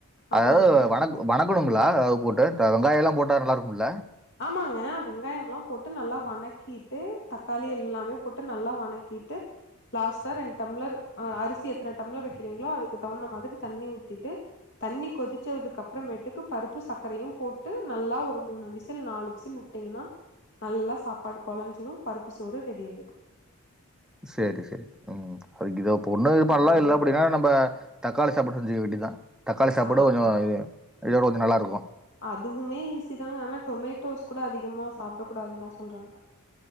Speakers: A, on the left (about 50°); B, in the centre.
A: ஆமாங்க
B: அதாவது வணக் வணக்கணுங்ளா அதாவது வெங்காயோல்லா போட்டா நல்லாருக்குமல்ல
A: ஆமாங்க வெங்காயம் எல்லா போட்டு நல்லா வணக்கிட்டு தக்காளி எல்லாமே போட்டு நல்லா வணக்கிட்டு லாஸ்டா ரெண் டம்ளர் அ அரிசி எத்தர டம்ளர் வெக்கறீங்களோ அதுக்கு தகுந்த மாரி தண்ணி ஊத்திட்டு தண்ணி கொதிச்சதுக்கு அப்றமேட்டுக்கு பருப்பு சக்கரயும் போட்டு நல்லா ஒரு மூணு விசி ல் நாலு விசில் விட்டீங்கன்னா நல்லா சாப்பாடு கொழஞ்சிரு பருப்பு சோறு ரெடி ஆயிரு
B: சேரி சேரி ம் அது இதுக்கு ஒண்ணு பண்லா
A: அவ்ளோதாங்க
B: இல்ல அப்டின்னா நம்ப தக்காளி சாப்பாடு செஞ்சிக்க வேண்டிதுதா தக்காளி சாப்பாடு
A: ஆ
B: கொஞ்சோ
A: ஆ
B: இதோட கொஞ்சோ நல்லாருக்கு
A: அதுவுமே ஈஸிதாங்க ஆனா டொமேட்டோஸ் கூட அதிகமா சாப்ட கூடாதுன்னுதா சொல்றாங்க